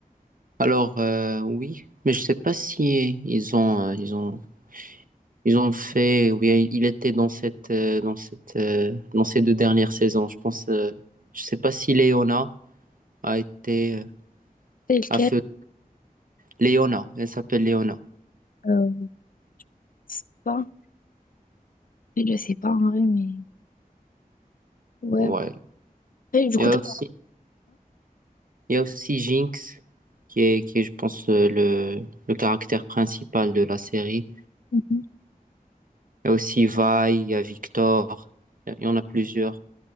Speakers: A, on the right; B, on the left.
A: Alors, euh, oui, mais je sais pas si ils ont, euh, ils ont, ils ont fait. Oui, il était dans cette, euh, dans cette, euh, dans ces deux dernières saisons. Je pense, euh, je sais pas si Léona a été, euh,
B: C'est lequel?
A: a fait Léona. Elle s'appelle Léona.
B: Euh, je sais pas. Je sais pas en vrai, mais ouais.
A: Ouais.
B: Et du coup,
A: Et aussi.
B: t'as
A: Il y a aussi Jinx, qui est, qui est, je pense, euh, le, le caractère principal de la série.
B: un?
A: Il y a aussi Vi, il y a Victor, il y en a plusieurs.